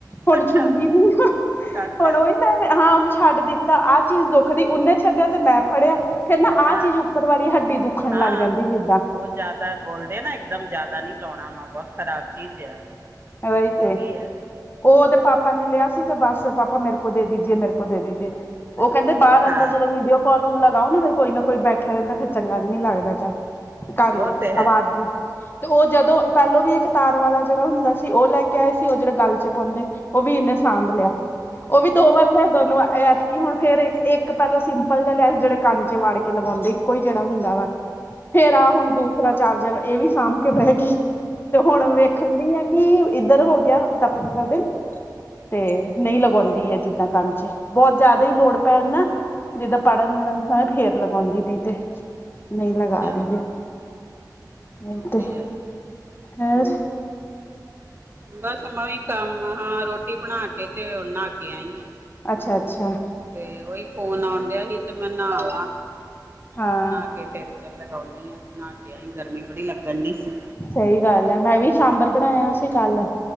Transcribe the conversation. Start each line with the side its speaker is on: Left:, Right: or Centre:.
Left: ਹੁਣ
Right: ਅੱਛਾ
Left: ਛੁੰਦੀ ਨੀ ਆ
Right: ਛੱਡਤਾ
Left: ਹੁਣ ਉਹ ਮੈਂ ਹਾਂ ਉਹਨੂੰ ਛੱਡ ਦਿੱਤਾ ਆਹ ਚੀਜ਼ ਦੁੱਖ ਦੀ ਉਹਨੇ ਛੱਡਿਆ ਤੇ ਮੈਂ ਫੜਿਆ ਫਿਰ ਨਾ
Right: ਹਾਂ
Left: ਆਹ ਚੀਜ਼ ਉੱਪਰ ਵਾਰੀ ਹੱਡੀ ਦੁੱਖਣ
Right: ਹਾਂ
Left: ਲੱਗ ਜਾਂਦੀ ਜਿੱਦਾਂ
Right: ਉਹ ਜ਼ਿਆਦਾ ਬੋਲਦੇ ਨਾ ਇਕਦਮ ਜਿਆਦਾ ਨੀ ਲਾਉਣਾ ਵਾ ਬਹੁਤ ਖ਼ਰਾਬ ਚੀਜ਼ ਆ
Left: ਏ ਤੇ
Right: ਉਹੀ ਆ
Left: ਉਹਦੇ ਪਾਪਾ ਨੇ ਲਿਆ ਸੀ ਤੇ ਬਸ ਪਾਪਾ ਮੇਰੇ ਕੋਲ ਦੇ ਦੇਜਏ ਮੇਰੇ ਕੋਲ ਦੇ ਦੇਜਏ ਉਹ ਕਹਿੰਦੇ ਬਾਹਰ ਅੰਦਰ
Right: ਹਾਂ
Left: ਜਦੋਂ ਵੀਡੀਓ ਕੋਲ ਲਗਾਓ ਨਾ ਫਿਰ ਕੋਈ ਨਾ ਕੋਈ ਬੈਠਾ ਰਹਿੰਦਾ ਫਿਰ ਚੰਗਾ ਨ ਨੀ ਲੱਗਦਾ ਚੱਲ ਕੰਧ
Right: ਉਹ ਤੇ ਹੈ
Left: ਆਵਾਜ਼
Right: ਹੂੰ
Left: ਤੇ ਉਹ ਜਦੋਂ ਪਹਿਲੋਂ ਵੀ ਇੱਕ ਤਾਰ ਵਾਲਾ ਜਿਹੜਾ ਹੁੰਦਾ ਸੀ ਉਹ ਲੈ ਕੇ ਆਏ ਸੀ ਉਹ ਜਿਹੜੇ ਗੱਲ ਚ ਪਾਉਂਦੇ ਉਹ ਵੀ ਇਹਨੇ ਸਾਂਭ ਲਿਆ ਉਹ ਵੀ ਦੋ ਵਾਰ ਲੈ ਦੋਨੋ ਐਤਕੀ ਹੁਣ ਫਿਰ ਇੱਕ ਪਹਿਲੋਂ ਸਿੰਪਲ ਦਾ ਲੈ ਜਿਹੜੇ ਕੰਚੇ ਵਾ ਕੇ ਲਗਾਉਂਦੇ ਕੋਈ ਜਿਹੜਾ ਹੁੰਦਾ ਵਾ ਫਿਰ ਆ ਹੁਣ ਦੂਸਰਾ ਚਾਰਜਰ ਇਹ ਵੀ ਸਾਂਭ ਕੇ ਪੈ ਗਈ ਤੇ ਹੁਣ ਵੇਖਣ ਦੀ ਆ ਕਿ ਇੱਧਰ ਹੋ ਗਿਆ ਹਫਤਾ ਪੰਦਰਾਂ ਦਿਨ ਤੇ ਨਹੀਂ ਲਗਾਉਂਦੀ ਹੈ ਜਿੱਦਾਂ ਕੰਮ ਚ ਬਹੁਤ ਜ਼ਿਆਦਾ ਹੀ ਲੋੜ ਪੈਣ ਨਾ ਜਿੱਦਾਂ ਪੜਨ ਲੁੜਨ ਸਮ ਫਿਰ ਲਗਾਉਂਦੀ ਨਹੀਂ ਤੇ ਨਹੀਂ ਲਗਾ
Right: ਅੱਛਾ
Left: ਰਹੀ ਹੈ ਨਹੀਂ
Right: ਉਹ
Left: ਤੇ
Right: ਹੈ
Left: ਹੈ
Right: ਬਸ ਮੈਂ ਵੀ ਕੰਮ ਹਾਂ ਰੋਟੀ ਬਣਾ ਕੇ ਤੇ ਨਹਾ ਕੇ ਆਈ ਆ
Left: ਅੱਛਾ ਅੱਛਾ
Right: ਤੇ ਉਹੀ ਫੋਨ ਆਉਣ ਰਿ ਹੀ ਤੇ ਮੈਂ ਨਹਾ ਆਵਾਂ
Left: ਹਾਂ
Right: ਨਾ ਕੇ ਫਿਰ ਚੱਲ ਲਗਾਉਂਦੀ ਹਾਂ ਨਹਾ ਕੇ ਆ ਹੀਂ ਗਰਮੀ ਬੜੀ ਲੱਗਣ ਦੀ ਸੀ
Left: ਸਹੀ ਗੱਲ ਹੈ ਮੈਂ ਵੀ ਸਾਂਬਰ ਬਣਾਇਆ ਸੀ ਕੱਲ